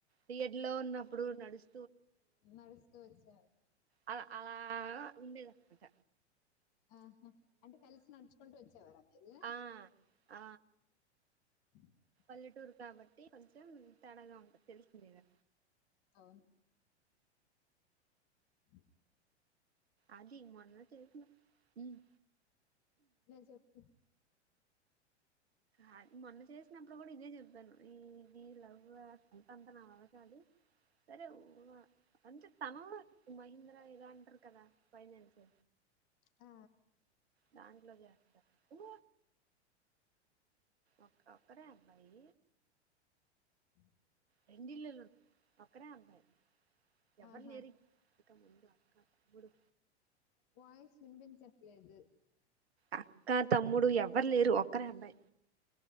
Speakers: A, on the right; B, on the left.
A: బీఎడ్ లో ఉన్నప్పుడు నడుస్
B: నడుస్త వచ్చావ్
A: అల అలాగ ఉండేదన్మాట.
B: ఆహా అంటే కలిసి నడుచుకుంటూ, వచ్చేవా రా మీరు
A: ఆ ఆ
B: <unintelligible>
A: పల్లెటూరు కాబట్టి కొంచెం తేడాగ ఉంటె తెలుస్తుందిగా?
B: అవును ఇ
A: అది మొన్న చేసిన మ్
B: లెద్ చెప్పు
A: ఆది మొన్న చేసినప్పుడు కూడా ఇదే చెప్పాను. ఈది లవ్ సంత అంతా నా వల్ల కాదు సరే ఒ ఉవ అంటే తను మహీంద్ర ఎదో అంటారు కదా ఫైనాన్స్
B: ఆ
A: దాంట్లో జేస్తారు. ఉం ఒక ఒకరే అబ్బాయి
B: అ
A: రెండిళ్ళులు ఒక్కరే అబ్బాయి ఎవ్వరు
B: ఆహా
A: లేేరి ఇక ముందు అక్క అక్క గుడు
B: వాయిస్ వినిపించట్లేదు.
A: అక్క తమ్ముడు ఎవ్వరు లేరు ఒక్ క్కరే అభ్బాయి.